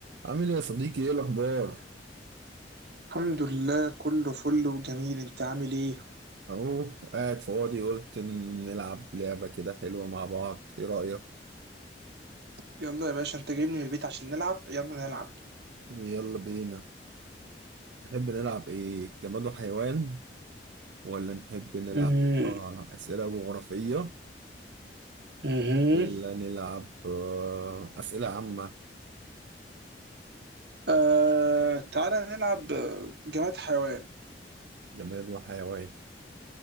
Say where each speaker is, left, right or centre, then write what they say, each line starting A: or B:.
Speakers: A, on the right; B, on the right.
A: عامل ايه يا صديقي ايه الاخبار
B: الحمد لله كله فل وجميل انت عامل ايه
A: اهو قاعد فاضي قلت إن نلعب لعبة كده حلوة مع بعض ايه رأيك
B: يلا يا باشا انت جايبني من البيت عشان نلعب يلا نلعب
A: يلا بينا تحب نلعب ايه جماد وحيوان ولا نحب نلعب
B: مم.
A: آه أسئلة جغرافية
B: مهم.
A: ولا نلعب آه أسئلة عامة
B: آه تعالى نلعب آه، جماد حيوان
A: جماد وحيوان